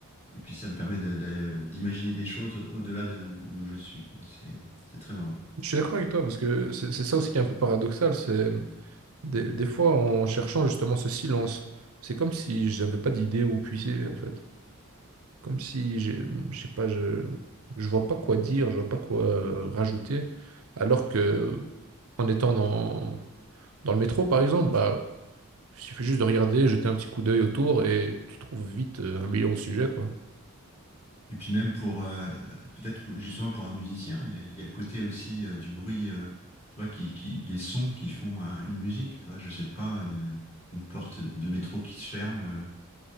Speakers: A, on the left (about 30°); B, on the right (about 75°).
A: et puis ça me permet de- d'aller- d'imaginer des choses au-delà de où, d'où je suis, quoi. C'est, c'est très marrant.
B: Je suis d'accord avec toi, parce que c'est c'est ça aussi qui est un peu paradoxal. c'est Des, des fois, en cherchant justement ce silence, c'est comme si je n'avais pas d'idée où puiser, en fait. Comme si j'ai, je sais pas, je, je vois pas quoi dire, je vois pas quoi euh, rajouter. Alors que, en étant dans, dans le métro, par exemple, bah, il suffit juste de regarder, jeter un petit coup d'œil autour et tu trouves vite euh, un million de sujets, quoi.
A: Et puis même pour, euh, peut-être pour- justement pour un musicien, il y a, il y a le côté aussi euh, du bruit, euh, tu vois, qui, qui, les sons qui font euh, une musique, tu vois. Je sais pas, une, une porte de métro qui se ferme. euh,